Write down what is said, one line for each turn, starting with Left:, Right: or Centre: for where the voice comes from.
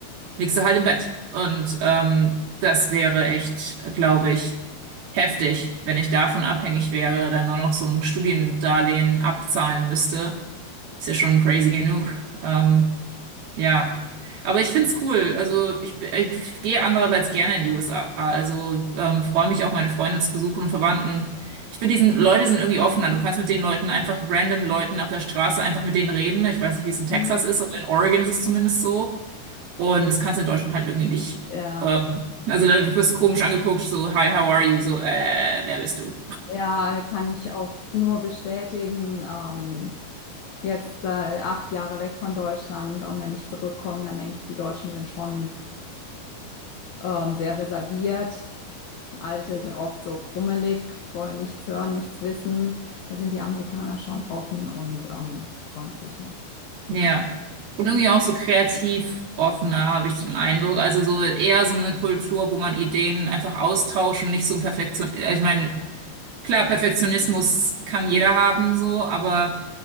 Right: liegst du halt im Bett. Und ähm, das wäre echt, glaube ich, heftig, wenn ich davon abhängig wäre, dann nur noch so ein Studiendarlehen abzahlen müsste. Ist ja schon crazy genug. Ähm, ja. Aber ich find's cool. Also ich, b- ich gehe andererseits gerne in die USA. Also ähm, freue mich auch, meine Freunde zu besuchen und Verwandten. Ich finde, diesen Leute sind irgendwie offener. Du kannst mit den Leuten einfach random Leuten auf der Straße einfach mit denen reden. Ich weiß nicht, wie es in Texas
Left: Hm.
Right: ist, aber in Oregon ist es zumindest so. Und das kannst du in Deutschland halt irgendwie nicht.
Left: Ja,
Right: Ähm, also da wirst du komisch angeguckt, so, hi, how are you? So, äh, wer bist du?
Left: ja, kann ich auch nur bestätigen. Ähm, jetzt äh, acht Jahre weg von Deutschland und wenn ich zurückkomme, dann denke ich, die Deutschen sind schon ähm, sehr reserviert. Alte sind oft so krummelig, wollen nichts hören, nichts wissen. Da sind die Amerikaner schon offen und ähm, freundlicher.
Right: Ja. Und
Left: Ja,
Right: irgendwie auch so kreativ offener, habe ich den Eindruck. Also so eher so eine Kultur, wo man Ideen einfach austauscht und nicht so ein Perfektion. also Ich meine, klar, Perfektionismus kann jeder haben, so, aber